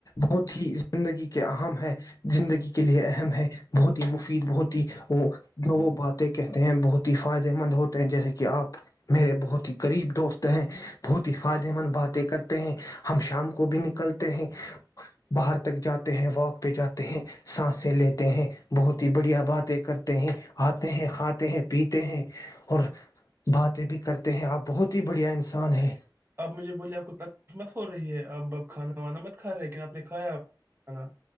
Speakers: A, on the left; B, on the right.
A: بہت ہی زندگی کے عام ہیں زندگی کے لیے اہم ہے بہت ہی حسین بہت ہی وہ جو وہ باتیں کہتے ہیں بہت ہی فائدہ مند ہوتے ہیں جیسے کہ اپ میرے بہت ہی قریب دوست ہیں بہت ہی خادمن باتیں کرتے ہیں ہم شام کو بھی نکلتے ہیں باہر تک جاتے ہیں واک بھی جاتے ہیں سانسیں لیتے ہیں بہت ہی بڑھیا باتیں کرتے ہیں اتے ہیں کھاتے ہیں پیتے ہیں اور باتیں بھی کرتے ہیں اپ یہ پاگل ہے بہت ہی بڑھیا انسان ہے
B: آپ مجھے بولیے آپ کو تکلیف مت ہو رہی ہے اپ اب کھانا وانا مت کھا رہے لیکن آپ نے کھایا کھانا